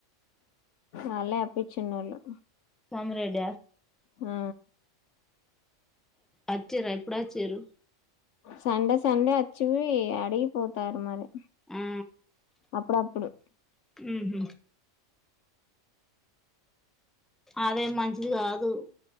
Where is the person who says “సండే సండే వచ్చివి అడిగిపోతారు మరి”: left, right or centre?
Left